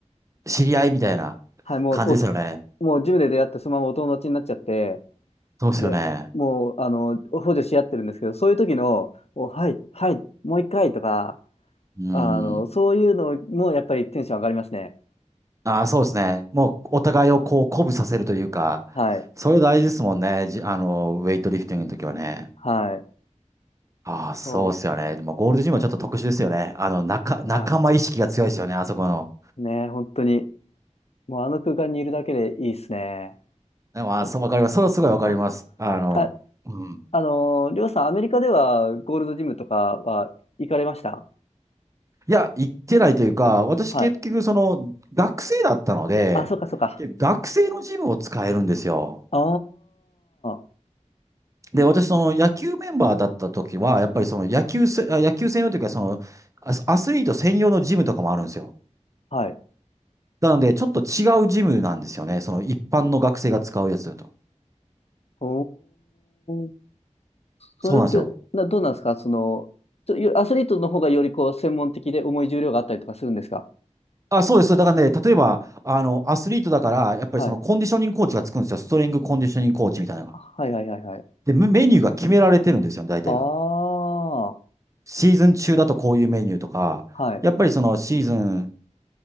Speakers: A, on the right; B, on the left.
A: 知り合いみたいな
B: はい、もう、
A: 感じですよね。
B: おと、もうジムで出会ってそのままお友達になっちゃって、
A: そうですよね。
B: で、もう、あの、補助し合ってるんですけど、そういう時の、おはい、はい、もう一回とか、
A: うん。
B: あの、そういうのもやっぱりテンション上がりますね。
A: ああ、そうですね。もうお互いをこう鼓舞させるというか、
B: はい、
A: それ大事ですもんね。じ、あの、ウェイトリフティングの時はね。
B: はい。
A: ああ、そうですよね。
B: そ
A: でもゴールドジムはちょっと特殊ですよね。あの、仲、仲間意識が強いですよね。
B: う、あ、
A: あそこの。
B: ねえ、本当に、もうあの空間にいるだけでいいですね。
A: でも、あ、そうわかります。
B: あ、
A: それはすごいわかります。
B: あ、
A: あの、
B: あ、
A: うん
B: あのー、りょうさん、アメリカではゴールドジムとかは行かれました
A: いや、行ってないというか、
B: あ、
A: 私結局その学生だったので、
B: はい。あ、そうか、そうか。
A: 学生のジムを使えるんですよ。
B: ああ、
A: で、私その野球メンバーだった時は、やっぱりその野球せ、あ野球専用というか、そのアスアスリート専用のジムとかもあるんですよ。
B: はい。
A: なので、ちょっと違うジムなんですよね。その一般の学生が使うやつだと。
B: おー。それって、
A: そうなんですよ。
B: な、どうなんですかその、ちょよアスリートの方がよりこう、専門的で重い重量があったりとかするんですか
A: あ、そうです。だからね、例えば、あの、アスリートだから、やっぱりそのコンディショニングコーチがつくんですよ。
B: はい。
A: ストリングコンディショニングコーチみたいなのが。
B: はいはいはいはい。
A: で、メメニューが決められてるんですよ、大体が。
B: ああ、は
A: シーズン中だとこういうメニューとか、
B: い、
A: やっぱりそのシーズン